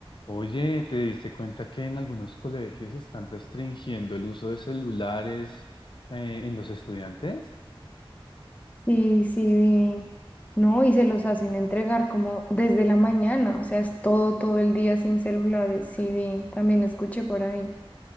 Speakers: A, on the left; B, on the left.
A: Oye, ¿te diste cuenta que en algunos colegios están restringiendo el uso de celulares eh, en los estudiantes?
B: Sí, sí, vi. No, y se los hacen entregar como desde la mañana, o sea, es todo, todo el día sin celulares, sí, vi, también escuché por ahí.